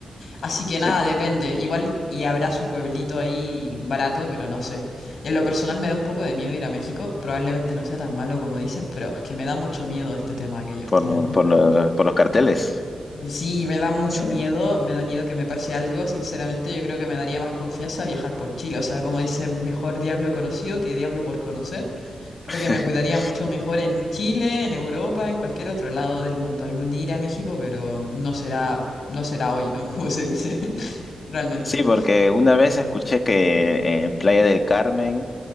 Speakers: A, on the left; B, on the left.
A: Así que
B: Sí,
A: nada, depende. Igual y habrá su pueblito ahí barato, pero no sé. En lo personal me da un poco de miedo ir a México. Probablemente no sea tan malo como dicen, pero es que me da mucho miedo este tema que ellos
B: por,
A: tienen,
B: lo-
A: ¿no?
B: por, lo- por los carteles.
A: Sí, me da mucho
B: Sí.
A: miedo, me da miedo que me pase algo. Sinceramente, yo creo que me daría más confianza viajar por Chile. O sea, como dicen, mejor diablo conocido que diablo por conocer. Creo
B: <laughs>
A: que me cuidaría mucho mejor en Chile, en Europa, en cualquier otro lado del mundo. Algún día iré a México, pero no será, no será hoy, ¿no? <laughs> Como se dice, <laughs> realmente.
B: Sí, porque una vez escuché que en Playa del Carmen